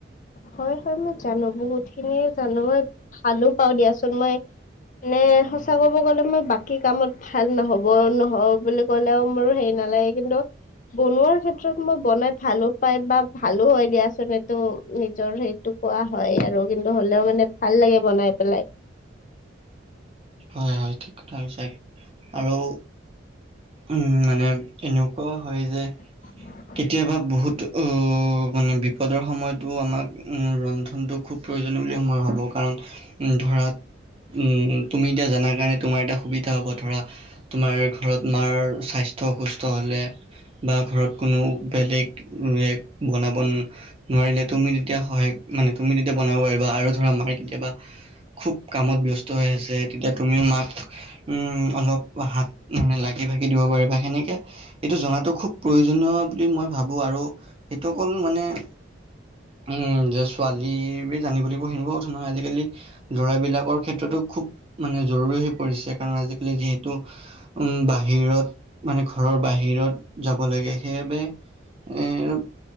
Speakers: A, on the left; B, on the right.
A: হয় হয় মই জানো। বহুত খিনি জানো। মই ভালো পাওঁ দিয়াচোন মই। মানে সঁচা ক'ব গ'লে মই বাকী কামত ভাল নহব নহ বুলি কলেও মোৰ হেৰি নালাগে কিন্তু, বনোৱাৰ ক্ষেত্ৰত মই বনাই ভালো পাই বা ভালো হয় দিয়াচোনটো এইটো, নিজৰ সেইটো কোৱা হয়, আৰু কিন্তু হ'লেও মানে ভাল লাগে বনাই পেলাই।
B: হয় হয় ঠিক কথা কৈছা। আৰু উম মানে এনেকুৱাও হয় যে,
A: অ <unintelligible>
B: কেতিয়াবা বহুত উম মানে বিপদৰ সময়তো আমাক উম ৰন্ধনতটো খুব, প্ৰয়োজনীয় বুলি মই ভাবোঁ। কাৰণ ধৰাত উম তুমি এতিয়া জান- নাজানে তোমাৰ এটা সুবিধা হ'ব ধৰা তোমাৰ ঘৰত মাৰ স্বাস্থ্য অসুস্থ হলে, বা ঘৰত কোনো বেলেগ বনাবন- নোৱাৰিলে তুমি তেতিয়া সহায় মানে তুমি তেতিয়া বনাব পাৰিবা। আৰু ধৰা মাৰ কেতিয়াবা খুব কামত ব্যস্ত হৈ আছে, তেতিয়া তুমিও মাক- উম অলপ হাত মানে লাগি ভাগি দিব পাৰিবা। সেনেকে, এইটো জনাতো খুব প্ৰয়োজনীয় বুলি মই ভাবো আৰু, সেইটো অকল মানে- উম যে ছোৱালীৰ ভি জানিব লাগিব হেনেকোৱা কথা নহয় আজিকালি, ল'ৰাবিলাকৰ ক্ষেত্ৰতো খুব মানে জৰুৰী হৈ পৰিছে কাৰণ আজিকালি যিহেতু উম বাহিৰত, মানে ঘৰৰ বাহিৰত যাব লাগে সেইবাবে এ আৰু,